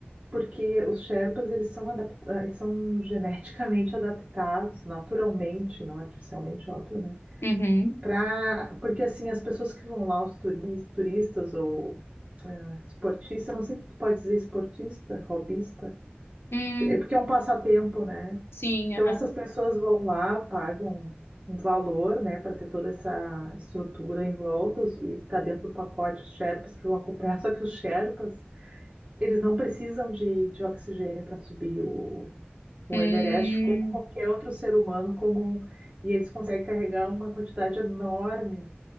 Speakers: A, on the right; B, on the left.
A: porque os Sherpas eles são adapta- eles são geneticamente adaptados, naturalmente, não artificialmente, óbvio, né?
B: Uhum.
A: Pra, porque assim, as pessoas que vão lá, os turis- turistas ou eh, esportista, não sei o que que pode dizer esportista, hobbyista,
B: Hum,
A: é porque é um passatempo, né?
B: sim,
A: Então
B: aham.
A: essas pessoas vão lá, pagam um valor, né, para ter toda essa estrutura em volta os- e tá dentro do pacote os Sherpas que vão acompanhar, <laughs> só que os Sherpas eles não precisam de, de oxigênio para subir o, o
B: Hum,
A: Everest, como qualquer outro ser humano comum. E eles conseguem carregar uma quantidade enorme.